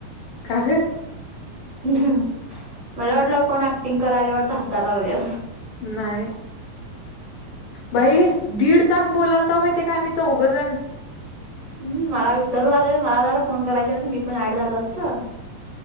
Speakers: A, on the left (about 75°); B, on the right (about 50°).
A: का ग.
B: मला वाटलं कोण अॅक्टींग करायला लागलं हसायला लागल.
A: नाही. बाई दीड तास बोलायलो, माहिती काय आम्ही चौघेजण
B: ह मला विसरला मला जरा, फोन करायच मी पण ऍड झालो असतो.